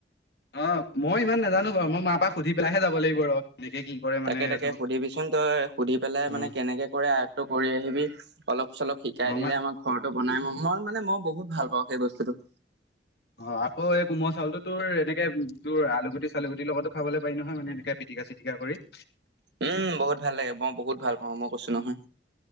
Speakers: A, on the left (about 60°); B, on the right (about 70°).
A: অ মই ইমান নাজানো বাৰু মই মা পৰাাক সুধি পেলাইহে যাব লাগিব ৰ। কেনেকে কি কৰে মানে
B: তাকে
A: এইটো
B: তাকে সুধিবিচোন তই সুধি পেলাই
A: অ',
B: মানে কেনেকে কৰে আয়ত্বটো কৰি আহিবি অলপ চলপ শিকাই
A: অ', মা
B: দিলে আমাৰ ঘৰতো বনাই ম মই মানে মই বহুত ভাল পাওঁ সেই বস্তুটো।
A: অ আকৌ এই কোমল চাউল তোৰ এনেকে তোৰ আলুগুটি চালুগুটিৰ লগতো খাবলৈ পাৰি নহয় মানে এনেকে পিটিক চিটিকা কৰি।
B: উম বহুত ভাল লাগে মই বহুত ভাল পাওঁ মই কৈছো নহয়।